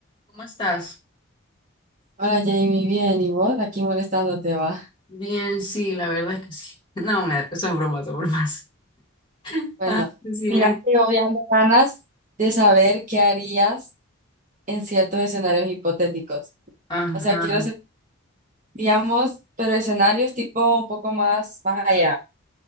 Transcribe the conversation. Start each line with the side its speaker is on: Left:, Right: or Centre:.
Left: ¿Cómo estás?
Right: Hola Jamie, bien, ¿y vos? Aquí molestándote va.
Left: Bien, sí, la verdad es que sí. <laughs> No, me, son bromas, son bromas. <laughs>
Right: Bueno,
Left: Ah, decime.
Right: mira, yo ya me ganas de saber qué harías en ciertos escenarios hipotéticos.
Left: Ajá,
Right: O sea, quiero hacer, digamos, pero escenarios tipo un poco más, más allá.